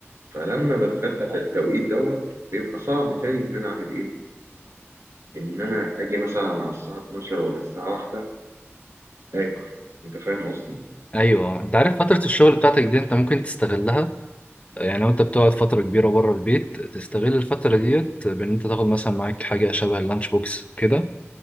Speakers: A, on the right; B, on the left.
A: فلما بتغدى في التوقيت دوت بيبقى صعب تاني إن أنا أعمل إيه؟ إن أنا أجي مثلا على الساعة 12 ولا الساعة 1 آكل أنت فاهم قصدي؟
B: ايوه انت عارف فتره الشغل بتاعتك دي انت ممكن تستغلها يعني لو انت بتقعد فتره كبيره بره البيت تستغل الفتره ديت بان انت تاخد مثلا معاك حاجه شبه اللانش بوكس كده